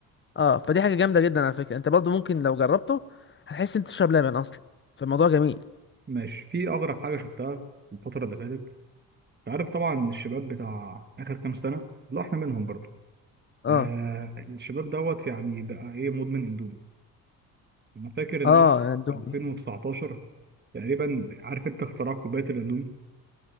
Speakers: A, on the left (about 30°); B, on the right (about 25°).
A: اه فدي حاجه جامده جدا على فكره انت برضه ممكن لو جربته هتحس انت تشرب لبن اصلا فالموضوع جميل
B: ماشي في أغرب حاجة شفتها الفترة اللي فاتت أنت عارف طبعا الشباب بتاع آخر كام سنة لا إحنا منهم برضه
A: اه
B: آه الشباب دوت يعني بقى إيه مدمن أندومي أنا فاكر إن
A: اه
B: أنا في
A: اندومي
B: 2019 تقريبا عارف أنت اختراع كوباية الأندومي